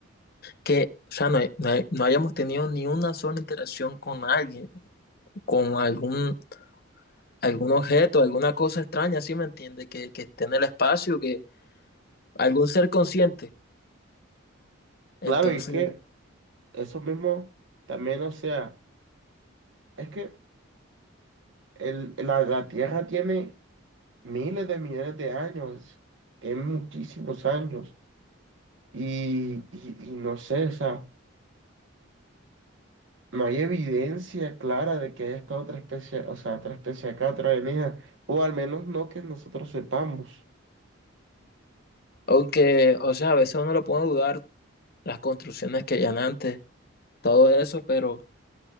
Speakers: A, on the left; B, on the right.
A: que, o sea, no, hay- no- hay- no hayamos tenido ni una sola interacción con alguien, con algún, algún objeto, alguna cosa extraña, ¿sí me entiende? Que, que esté en el espacio, que algún ser consciente. Entonces,
B: Claro, y es que eso mismo también, o sea, es que el, la, la Tierra tiene miles de millones de años, tiene muchísimos años y, y, y no sé, o sea, no hay evidencia clara de que haya estado otra especie, o sea, otra especie acá, otra alienígena, o al menos no que nosotros sepamos.
A: aunque, o sea, a veces uno lo puede dudar, las construcciones que hayan antes, todo eso, pero,